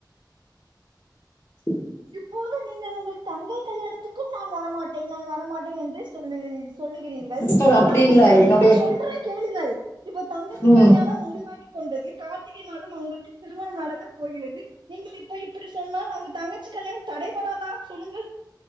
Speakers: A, on the left; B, on the right.
A: <inaudible>
B: இப்பொழுது நீங்கள் உங்கள் தங்கை கல்யாணத்துக்கும் நான் வரமாட்டேன் நான் வரமாட்டேன் என்றே சொல்லு சொல்கிறீர்கள்
A: சிஸ்டர்
B: இப்ப
A: அப்டி
B: தங்கத்துக்க
A: இல்ல என்னுடைய
B: இங்க சொல்ற கேளுங்கள் இப்போ தங்கச்சி
A: ம்
B: கல்யாணம் முடிவாகி கொண்டது கார்த்திகை மாதம் அவுங்களுக்கு திருமணம் நடக்க போகிறது நீங்கள் இப்ப இப்புடி சொன்னால் அவுங்க தங்க தங்கச்சி கல்யாணம் தடைபடாதா சொல்லுங்கள்